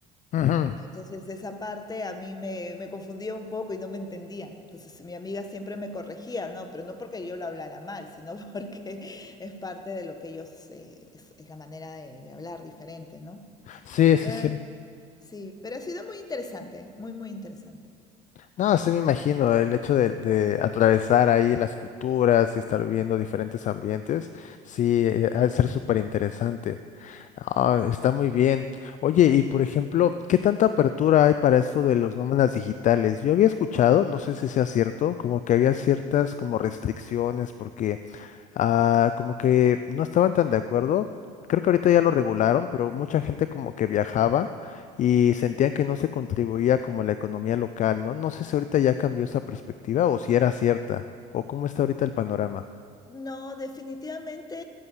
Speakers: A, on the left; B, on the left.
A: ujú.
B: Entonces esa parte a mí me, me confundía un poco y no me entendían. Entonces mi amiga siempre me corregía, ¿no? Pero no porque yo lo hablara mal, sino <laughs> porque es parte de lo que ellos, eh, es, es la manera de, de hablar diferente, ¿no?
A: Sí, sí,
B: Pero-
A: sí.
B: sí, pero ha sido muy interesante, muy, muy interesante.
A: No, sí me imagino el hecho de, de atravesar ahí las culturas y estar viviendo diferentes ambientes, sí, eh, ha de ser súper interesante. Ah, está muy bien. Oye, y por ejemplo, ¿qué tanta apertura hay para esto de los nómadas digitales? Yo había escuchado, no sé si sea cierto, como que había ciertas como restricciones porque Ah, como que no estaban tan de acuerdo. Creo que ahorita ya lo regularon, pero mucha gente como que viajaba y sentían que no se contribuía como a la economía local, ¿no? No sé si ahorita ya cambió esa perspectiva o si era cierta o cómo está ahorita el panorama.
B: No, definitivamente